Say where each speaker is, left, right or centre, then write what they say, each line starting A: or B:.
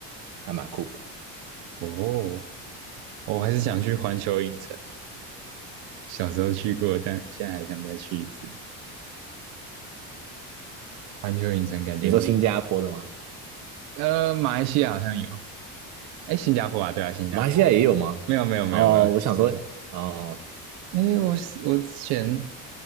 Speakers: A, on the right (about 50°); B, on the right (about 80°).
A: 还蛮酷的。
B: 哦，哦我还是想去环球影城，小时候去过，但现在还想再去一次。环球影城感觉是，
A: 你说新加坡的吗？
B: 呃，马来西亚好像有，哎，新加坡啊，对啊，新加坡，
A: 马来西亚也有吗？
B: 没有没有没有没有，
A: 哦，我想说，
B: 是，
A: 哦、
B: 哎，我是我之前